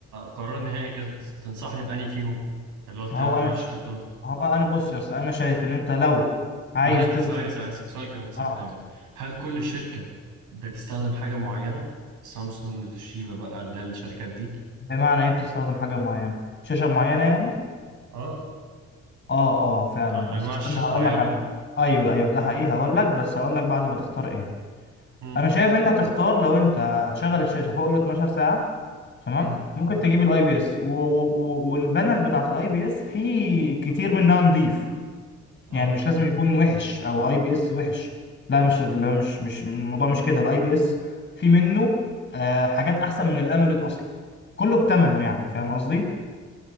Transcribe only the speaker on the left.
هو
انا
ش...
هو انا بص يا اسطى انا شايف ان انت لو عايز
تفضل
اه
بمعنى ايه بتستخدم حاجه معينه شاشه معينه يعني
اه اه فعلا
بس استنى
هقول
لك على حاجه ايوه ايوه
ده حقيقي هقول لك بس هقول لك بعد ما تختار ايه
انا شايف انت تختار لو انت هتشغل الشاشه فوق ال 12 ساعه تمام
ممكن تجيب الاي بي اس والبانل بتاعت الاي بي اس في كتير منها نظيف
يعني مش لازم يكون وحش او اي بي اس وحش لا مش لا مش مش الموضوع مش كده الاي بي اس في منه آه حاجات احسن من الاموليد اصلا كله بتمنه يعني فاهم قصدي